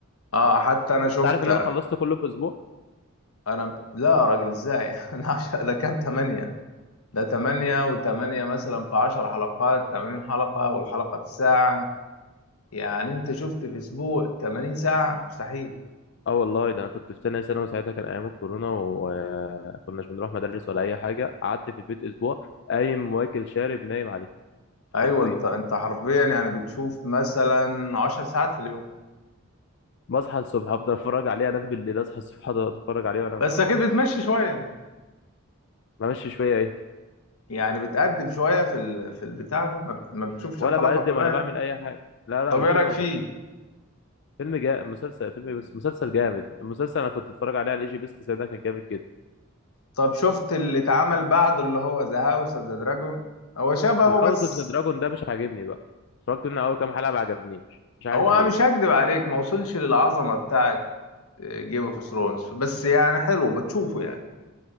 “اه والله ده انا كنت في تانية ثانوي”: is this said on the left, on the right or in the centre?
Left